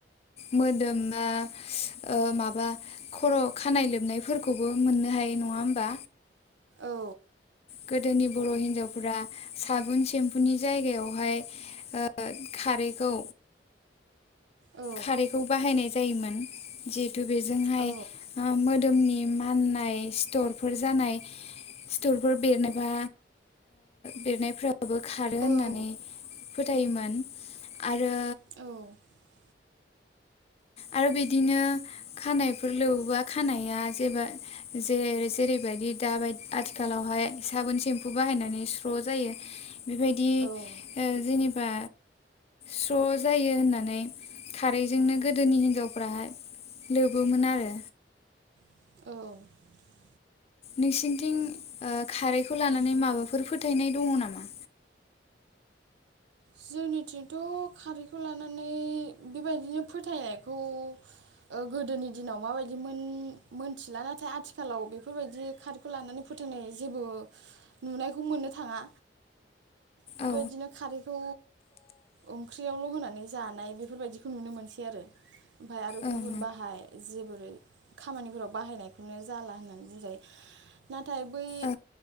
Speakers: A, on the left (about 35°); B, on the right (about 75°).
A: मोदोम बा ओ माबा खर' खानाय लोबनाय फोर खौबो मोननो हायो नङा होमबा
B: औ
A: गोदोनि बर' हिन्जावफोरा साबुन सेम्फुनि जायगायावहाय ओ खारैखौ
B: औ
A: खारैखौ बाहायनाय जायोमोन जि हेथु बेजोंहाय
B: औ
A: ओ मो दोमनि माननाय सिथरफोर जानाय सिथरफोर बेरनोबा बेरनायफ्राबो खारो होननानै
B: औ
A: फोथायोमोन आरो
B: औ
A: आरो बिदिनो खानायफोर लोबोबा खानाया जेबा जेरै जेरैबायदि दाबाय आथिखालावहाय साबोन सेम्फु बाहायनानै स्र' जायो बेबायदि
B: औ
A: ओ जोंनि बा स्र' जायो होननानै खारै जोंनो गोदोनि हिनजावफ्राहाय लोबोमोन आरो।
B: औ
A: नोंसिनिथिं ओ खारैखौ लानानै माबाफोर फोथायनाय दंङ नामा।
B: जोंनिथिंथ' खारैखौ लानानै बेबायदिनो फोथायनायखौ ओ गोदोनि दिनाव माबायदि मोनथिला नाथाय आथिखालाव बेफोरबायदि खारैखौ लानानै फोथायनाय जेबो नुनायखौ मोननो थाङा बेबायदिनो
A: औ
B: खारै खौ ओंख्रियावल' होनानै जानाय बेफोरबायदिखौ नुनो मोनसै आरो। ओमफाय आरो गुबुन
A: ओं
B: बाहाय जे ओरै खामानिफोराव बाहायनायखौनो जाला होननानै बुंजायो ना थाय बै
A: ओं